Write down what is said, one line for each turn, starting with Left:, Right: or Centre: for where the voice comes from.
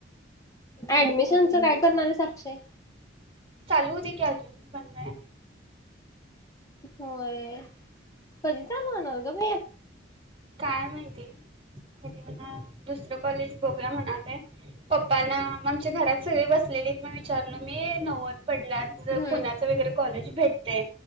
Left: ऍडमिशनच काय करणार आहे साक्षे
Right: चालू होते की अजून पण?
Left: होय कधी चालवणारग भ.
Right: काय म्हणती कधी मणा दुसर कॉलेज बघ. म्हणाय पप्पाना आमच्या घरात सगळे बसलेले मग विचारल मी नव्वद पडल्या
Left: हम्म
Right: पुण्याच वगैरे कॉलेज भेटते